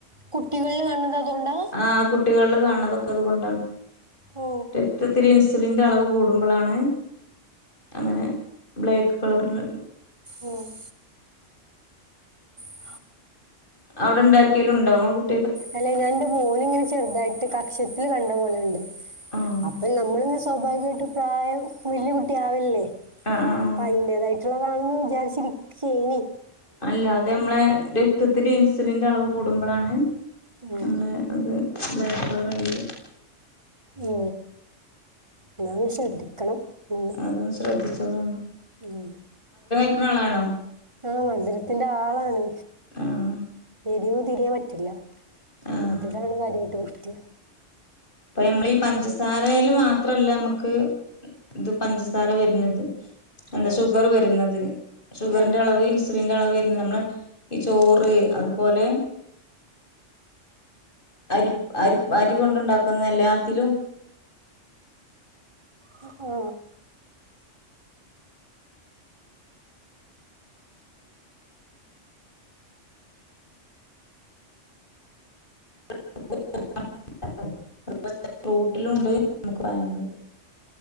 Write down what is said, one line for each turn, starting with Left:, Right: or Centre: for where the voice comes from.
Right: കുട്ടികളിൽ കാണുന്നത് അതുകൊണ്ടാ
Left: ആ അ കുട്ടികളിൽ കാണണതൊക്കെ അതുകൊണ്ടാണ്
Right: ഓ
Left: രക്തത്തില് ഇൻസ് ലിന്റെ അളവ് കൂടുമ്പളാണ് അങ്ങനെ ബ്ലേക്ക് കളറില്
Right: ഉം <inaudible>
Left: അവിടെണ്ടാ ക്കെലുണ്ടൊ ഇങ്ങളെ
Right: അല്ലെ ഞാൻ ന്റെ മോനിങ്ങനെ ചെർതായിട്ട് കക്ഷത്തിൽ കണ്ടപോലണ്ട്
Left: ആഹ്
Right: അപ്പൊ നമ്മളി സ്വാഭാവികമായിട്ട് പ്രായം വെല്ല്യകുട്ടിയാവല്ലേ
Left: ആഹ് ആഹ്
Right: അപ്പ
Left: ആഹ്
Right: അയിന്റതായി റ്റുള്ളതാണെന്ന് വിചാരിച്ചിരിക്കായ്നി
Left: അല്ല അത മ്മളെ രക്തത്തില് ഇൻ- സിലിന്റെ അളവ് കൂടുമ്പളാണ്
Right: ഉം.
Left: നമ്മളെ അത് ബ്ലാക്കളറായി വരാ
Right: ഓ എന്നാ ഒന്ന് ശ്രദ്ധിക്കണം ഒന്ന്
Left: അതൊന്ന് ശ്രദ്ധി ചോളോണ്ടൂ
Right: ഉം
Left: ക്ക്ന്നാളാണോ
Right: ആ മധുരത്തിൻ്റാളാണ്
Left: ആഹ്
Right: എരിവു തീരെ പറ്റില്ല
Left: ആഹ്
Right: മധ്‌രാണ കാര്യായിട്ട് പ റ്റ
Left: പ്പ ഞമ്മളീ പഞ്ചസാരയില് മാത്രല്ല മ്മക്ക് ഇത് പഞ്ചസാര വരുന്നത് എന്താ
Right: ആ
Left: ഷുഗർ വരുന്നത് ഷുഗറിന്റെ
Right: ഏ
Left: അളവ് ഇൻസുലിൻ റ്റളവ് വരുന്നത് നമ്മളെ ഈ ചോറ് അത്പോലെ അരിപ് അരിപ് അരി കൊണ്ട്ണ്ടാക്കു ക്കുന്ന എല്ലാത്തിലും
Right: ഓ
Left: <unintelligible> ഫ്രൂട്ടിലൂണ്ട് നമുക്ക് പയങ്ങള്